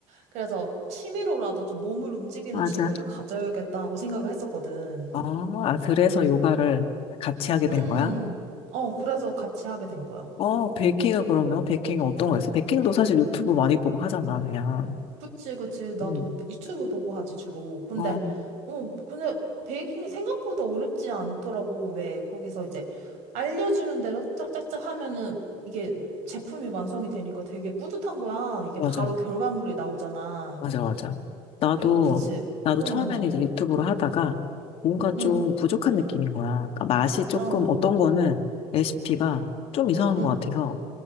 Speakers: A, on the right; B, on the left.
A: 그래서 취미로라도 좀 몸을 움직이는
B: 맞아.
A: 취미를 가져야겠다 하고 생각을 했었거든.
B: 아, 아, 그래서 요가를 같이 하게 된
A: 응, 응.
B: 거야?
A: 응. 어, 그래서 같이 하게 된 거야.
B: 어, 베이킹은 그러면, 베이킹은 어떤 거 했어? 베이킹도 사실 유튜브 많이 보고 하잖아, 그냥.
A: 그치, 그치. 나도
B: 음.
A: 유튜브 보고 하지, 주로. 근데,
B: 어,
A: 어, 근데 베이킹이 생각보다 어렵지 않더라고. 왜 거기서 이제 알려주는 대로 짝짝짝 하면은 이게 제품이 완성이 되니까 되게 뿌듯한 거야. 이게
B: 맞아,
A: 바로 결과물이 나오잖아.
B: 맞아, 맞아. 나도,
A: 그치?
B: 나도
A: 어,
B: 처음에는 이제 유튜브로 하다가 뭔가 좀
A: 응,
B: 부족한 느낌인 거야. 그러니까 맛이 조금
A: 어, 어,
B: 어떤 거는 레시피가 좀 이상한
A: 응,
B: 것 같아서